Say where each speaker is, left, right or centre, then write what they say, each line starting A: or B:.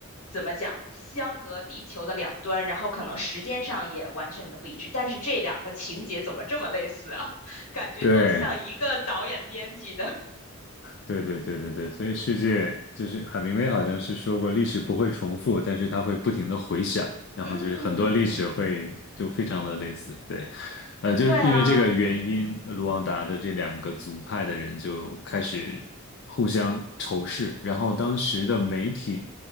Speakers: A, on the left; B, on the left.
A: 怎么讲，相隔地球的两端，然后可能时间上也完全的不一致，但是这两个情节怎么这么类似啊？<laughs> 感觉都像一个导演编辑的。
B: 对，对对对对对，所以世界就是海明威好像是说过，历史不会重复，但是它会不停的回响，然后就是很多历史会就非常的类似，
A: 嗯，
B: 对，呃，就是因为这个原因，
A: 对啊，
B: 卢旺达的这两个族派的人就开始互相仇视，然后当时的媒体，